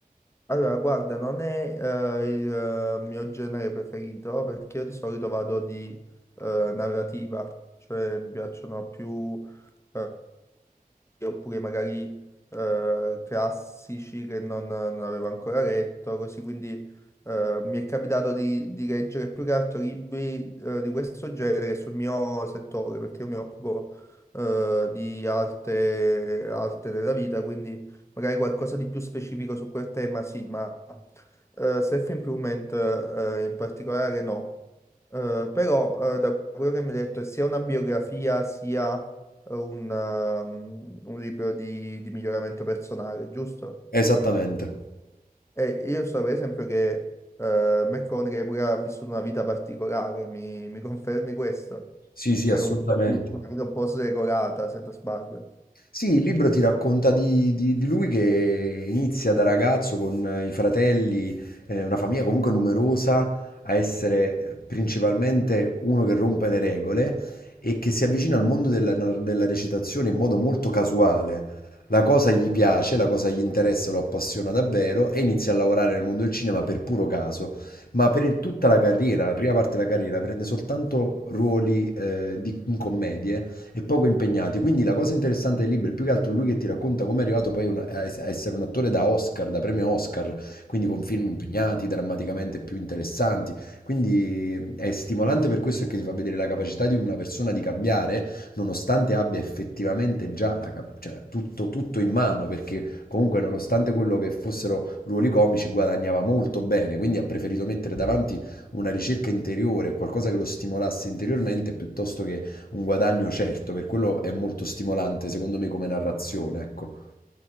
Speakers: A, on the left; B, on the left.
A: Allora, guarda, non è eh, il eh, mio genere preferito perché io di solito vado di eh, narrativa, cioè mi piacciono più eh, oppure magari eh, classici che non, non avevo ancora letto, così quindi eh, mi è capitato di, di leggere più che altro libri eh, di questo genere sul mio settore, perché io mi occupo eh, di arte, arte della vita, quindi magari qualcosa di più specifico su quel tema, sì, ma eh, self-improvement eh, in particolare no. Eh, però eh, da quello che mi hai detto è sia una biografia sia eh, un, ehm, un libro di, di miglioramento personale, giusto?
B: Esattamente.
A: E io so per esempio che eh, McConaughey pure ha vissuto una vita particolare, mi, mi confermi questo?
B: Sì, sì,
A: Cioè
B: assolutamente.
A: comunque ha vi- una vita un po' sregolata, se non sbaglio.
B: Sì, il libro ti racconta di, di- di lui che inizia da ragazzo con eh, i fratelli, eh, una famiglia comunque numerosa, a essere eh, principalmente uno che rompe le regole e che si avvicina al mondo della, nar- della recitazione in modo molto casuale. La cosa gli piace, la cosa gli interessa, lo appassiona davvero e inizia a lavorare nel mondo del cinema per puro caso. Ma per tutta la carriera, la prima parte della carriera, prende soltanto ruoli eh, di, in commedie e poco impegnati. Quindi la cosa interessante del libro è più che altro lui che ti racconta come è arrivato poi una- a es- a essere un attore da Oscar, da premio Oscar, quindi con film impegnati, drammaticamente più interessanti. Quindi mm, è stimolante per questo che ti fa vedere la capacità di una persona di cambiare, nonostante abbia effettivamente già la cap- cioè, tutto, tutto in mano, perché comunque nonostante quello che fossero ruoli comici guadagnava molto bene, quindi ha preferito mettere davanti una ricerca interiore, qualcosa che lo stimolasse interiormente piuttosto che un guadagno certo, per quello è molto stimolante, secondo me, come narrazione, ecco.